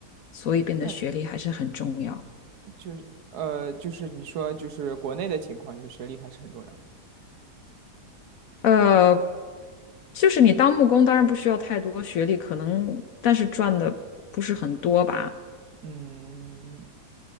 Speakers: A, on the left; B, on the right.
A: 所以变得学历还是很重要。
B: 但就是呃，就是你说就是国内的情况，就是学历还是很重要。
A: 呃，就是你当木工当然不需要太多学历，可能但是赚的不是很多吧。
B: 嗯，